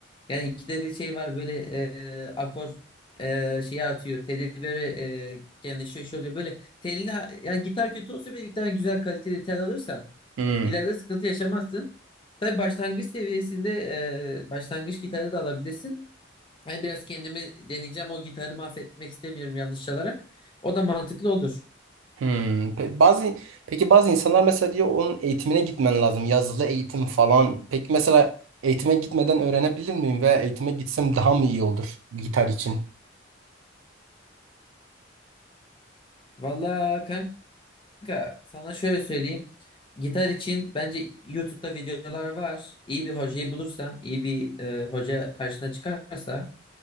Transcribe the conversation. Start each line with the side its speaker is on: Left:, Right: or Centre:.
Left: Yani ikide bir şey var böyle e, akor e, şeyi atıyor. Teli böyle e, genleşiyor şey oluyor. Böyle telini yani gitar kötü olsa bile bir tane güzel kaliteli tel alırsan
Right: hı,
Left: İleride sıkıntı yaşamazsın. Tabii başlangıç seviyesinde e, başlangıç gitarı da alabilirsin. Ben biraz kendimi deneyeceğim. O gitarı mahvetmek istemiyorum yanlış çalarak. O da mantıklı olur.
Right: hı. Pe- bazı peki bazı insanlar mesela diyor onun eğitimine gitmen lazım. Yazılı eğitim falan. Peki mesela eğitime gitmeden öğrenebilir miyim ve eğitime gitsem daha mı iyi olur gitar için?
Left: Valla kanka sana şöyle söyleyeyim. Gitar için bence YouTube'da videolar var. İyi bir hocayı bulursan, iyi bir e, hoca karşına çıkarsa